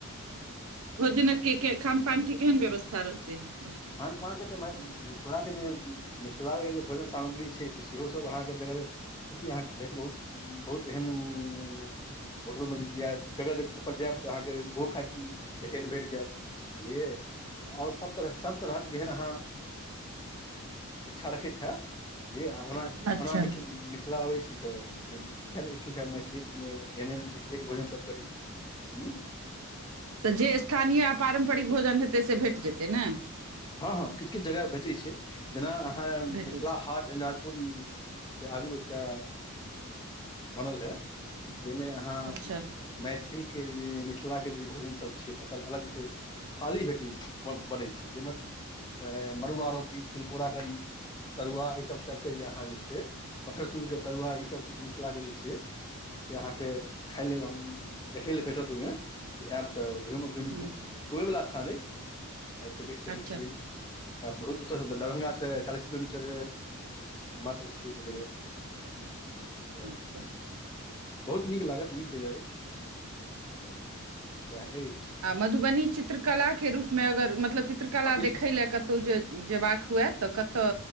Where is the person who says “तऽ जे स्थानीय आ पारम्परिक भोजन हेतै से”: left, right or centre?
Right